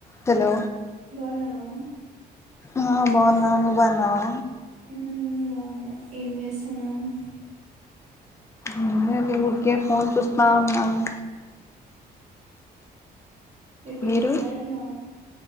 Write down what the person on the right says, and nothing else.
బాన్నవా
ఉమ్ బావున్న ఎం జెస్తన్నావ్
రేప్
ఇంటికా ఇంగా